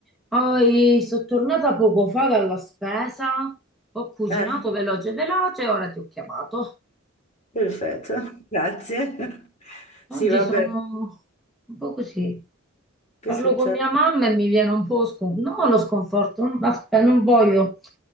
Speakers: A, in the centre; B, on the left (about 35°).
A: Poi sono tornata poco fa dalla spesa, ho cucinato
B: Eh,
A: veloce veloce, ora ti ho chiamato.
B: perfetto, <laughs> grazie.
A: Oggi
B: Sì, vabbè,
A: sono un po' così.
B: che
A: Parlo
B: succede?
A: con mia mamma e mi viene un po' scon- no, lo sconforto, non, aspe- non voglio.